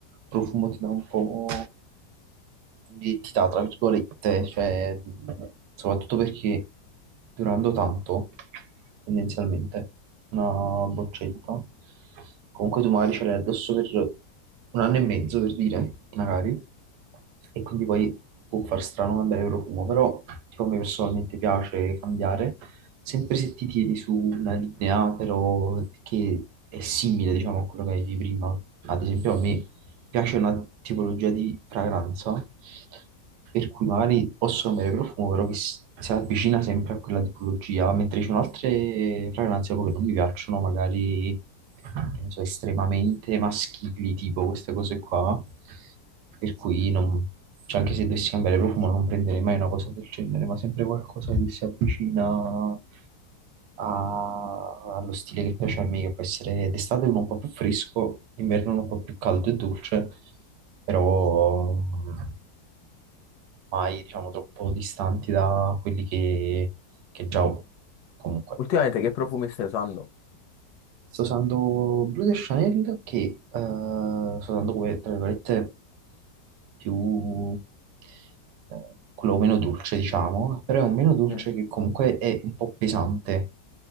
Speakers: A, on the right (about 85°); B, on the left (about 75°).
A: Profumo ti dà un po' l'identità, tra virgolette, cioè, mh, soprattutto perché durando tanto, tendenzialmente, una boccetta, comunque tu magari ce l'hai addosso per un anno e mezzo, per dire, magari, e quindi poi può far strano cambiare il profumo, però tipo, a me personalmente piace cambiare, sempre se ti tieni su una linea, però che è simile, diciamo, a quello che avevi prima. Ad esempio, a me piace una tipologia di fragranza, per cui magari posso cambiare profumo, però che si si avvicina sempre a quella tipologia, mentre ci sono altre fragranze proprio che non mi piacciono, magari che ne so, estremamente maschili, tipo queste cose qua, per cui non... cioè, anche se dovessi cambiare profumo non prenderei mai una cosa del genere, ma sempre qualcosa che si avvicina ha- allo stile che piace a me, che può essere d'estate uno un po' più fresco, d'inverno uno un po' più caldo e dolce, però mm, mai, diciamo, troppo distanti da quelli che, che già ho comunque.
B: Ultimamente che profumi stai usando?
A: Sto usando Blue de Chanel che eh, sto usando come, tra virgolette, più, eh, quello meno dolce, diciamo, però è un meno dolce
B: Mm,
A: che comunque è un po' pesante